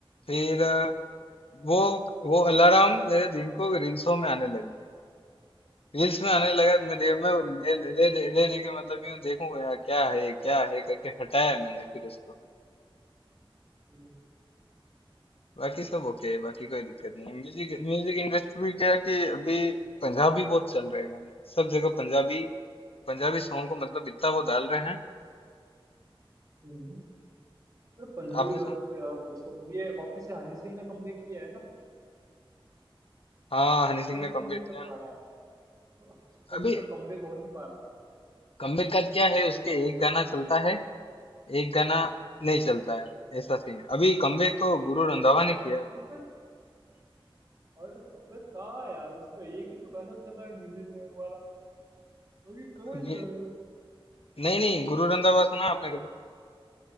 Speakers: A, on the left (about 80°); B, on the right (about 35°).
A: फिर अ, वो वो अलार्म मेरे दिन को रील्सों में आने लग गया रील्स में आने लगा मैं दे
B: अच्छा
A: मैं वो ले ले ले ले ले- लेके मतलब यूं देखूंगा यार क्या है ये, क्या है करके हटाया मैंने फिर उसको
B: हम्म,
A: बाकी सब ओके है बाकी कोई दिक्कत नहीं है म्यूजिक म्यूजिक इंडस्ट्री में क्या है कि अभी पंजाबी बहुत चल रहे हैं गाने सब जगह पंजाबी पंजाबी सॉन्ग को मतलब इतना वो डाल रहे हैं
B: हम्म। और पंजाबी
A: आपने
B: गाने
A: सुन
B: तो यार पूछो मत ये वापस से हनी सिंह ने कमबैक किया है ना
A: हाँ हनी सिंह
B: बट
A: ने
B: वो
A: कमबैक
B: नहीं कर
A: किया ना।
B: पा रहा है <laughs> पर
A: अभी
B: उसका कमबैक हो नहीं पा रहा है।
A: कमबैक का क्या है उसके एक गाना चलता है एक गाना नहीं चलता है ऐसा सीन है अभी कमबैक तो गुरु रंधावा
B: नहीं
A: ने किया
B: अभी तक और कमबैक कहाँ है यार उसका एक ही तो गाना चला है मिलीनियर वाला बाकी कहाँ
A: मे-
B: है यार
A: नहीं नहीं गुरु रंधावा सुना आपने कभी